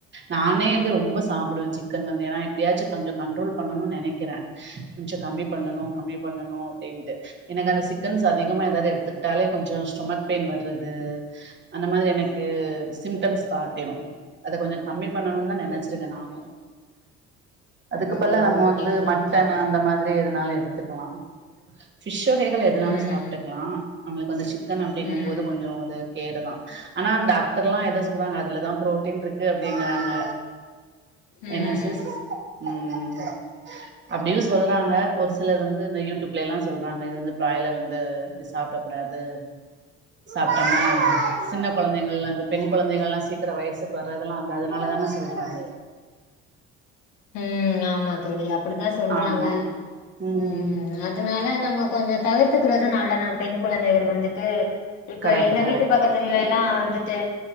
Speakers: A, on the right; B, on the left.
A: நானே வந்து ரொம்ப சாப்பிடுவே சிக்கன் வந்து ஏன்னா எப்படியாச்சு கொஞ்சோ கண்ட்ரோல் பண்ணணும்னு நெனைக்கிறே கொஞ்சோ கம்மி பண்ணணு கம்மி பண்ணனு அப்டின்ட்டு எனக்கு அந்த சிக்கன்ஸ் அதிகமா ஏதாவது எடுத்துட்டாலே கொஞ்சோ ஸ்டொமக் பெயின் வர்றது அந்த மாதிரி எனக்கு சிம்டம்ஸ் காட்டிரு அத கொஞ்சோ கம்மி பண்ணணும்னு தா நெனைச்சிருக்கே நானும் அதுக்கு
B: ஓ!
A: பல்லா நம்ம
B: ஓகே,
A: வந்து
B: ஓகே
A: மட்டன்
B: தோழி.
A: அந்த மாதிரி எதுனாலு எடுத்துக்கலா பிஷ் வகைகள் எதுனாலு
B: ம்,
A: சாப்ட்டுக்கலா நம்மளுக்கு வந்து சிக்கன் அப்டிங்கும்போது
B: ம், ம்,
A: கொஞ்சோ அது கேடுதா ஆனா டாக்டர்லா எத சொல்றாங்க அதுலதா புரோட்டீன் இருக்கு அப்படிங்றாங்க
B: ம்,
A: என்னா சிஸ் உம் அப்டியு சொல்றாங்க ஒரு சிலர் வந்து இந்த யூட்யூப் ப்ல. எல்லா சொல்றாங்க இது வந்து பிராய்லர் வந்து இது சாப்டக் கூடாது சாப்ட்டம்னா சின்ன குழந்தைகள்லா பெண் குழந்தைகள் எல்லா சீக்கிரோ வயசுக்கு வரதெல்லா அந்த அதனால தானே சொல்றாங்க
B: ம் ஆமா தோழி அப்டிதா சொல்றாங்க
A: ஆமா ம்
B: உம் அதனால நம்ம கொஞ்சோ தவிர்த்துக்கிறதும் நல்லதுதா பெண் குழந்தைகள் வந்துட்டு இப்ல
A: கரெக்ட்
B: எங்க
A: கரெக்ட்
B: வீட்டு பக்கத்துல எல்லா வந்துட்டு